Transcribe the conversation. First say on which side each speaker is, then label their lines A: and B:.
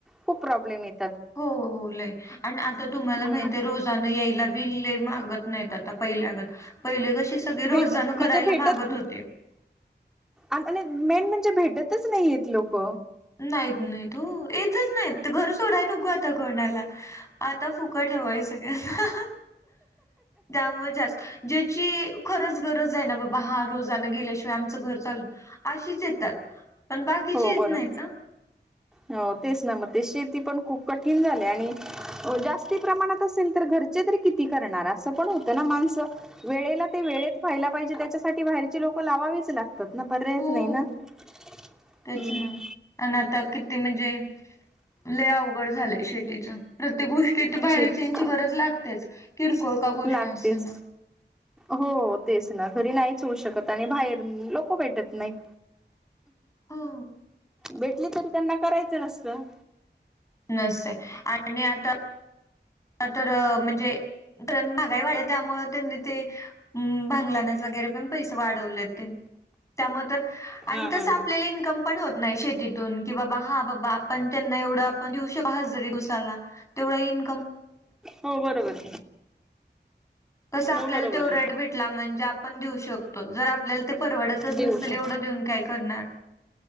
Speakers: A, in the centre; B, on the left (about 15°).
A: खू प्रॉब्लेमेत
B: हो हो ल आणि आता तुम्हाला
A: हम्म
B: माहित आहे रोजान यायला बि लले मागत नाहीत आता पहिल्यागत, पहिले कशी सगळी
A: भेट
B: रोजान
A: म्हणजे
B: करायला
A: भेटत
B: मागत होते.
A: आणि मेन म्हणजे भेटतच नाही येत लोक.
B: नाहीत नाहीत हो येतच नाहीत घर सोडाय नको आता कोणाला आता फुकंट हवाय सगळ्यांना त्यामुळे जास्त, ज्याची खरंच गरज आहे ना बाबा, हा रोजान गेल्याशिवाय आमचं घर चालत नाही अशीच येतात. पण बाकीची
A: हो
B: येत
A: बरं
B: नाहीत हा
A: हो तेच ना मग ते शेती पण खूप कठीण झाले आणि जास्ती प्रमाणात असेल तर घर चे तरी किती करणार असं पण होतं ना माणसं वेळेला ते वेळेत व्हायला पाहिजे, त्याच्यासाठी बाहेरचे लोक लावावीच लाग तात ना पर्यायच
B: हो.
A: नाही ना हम्म
B: तेच ना आणि आता किती म्हणजे ले अवघड झालंय शेतीच प्रत्येक गोष्टी तर बाहेरच्या
A: शेत
B: ची गरज लागतेच किरकोळ का गोष्ट
A: लागतेच.
B: असेना.
A: हो तेच ना घरी नाहीच होऊ शकत आणि बाहेर लोक भेटत नाहीत.
B: हो
A: भेटली तरी त्यांना करायचं नसतं
B: नसतय आणि आता तर म्हणजे कारण, महागाई वाढली त्यामुळ त्यांनी ते हम्म भांगलानीच वगैरे पण पैसे वाढवले ते त्यामुळे तर
A: हा
B: आणि
A: हा
B: तसं आपल्याला इन्कम पण होत नाही शेतीतून, की बाबा हा बाबा आपण त्यांना एवढं आपणऊ शको ह दिवसाला तेवढा इन्
A: हो बरोबर
B: कसं आपल्याला
A: हो बरोबर
B: ते
A: आहे
B: रेट भेटला म्हणजे आपण देऊ शकतो जर आपल्याला ते परवाडतच
A: देऊशी
B: नसेल एवढं देऊन काय करणार?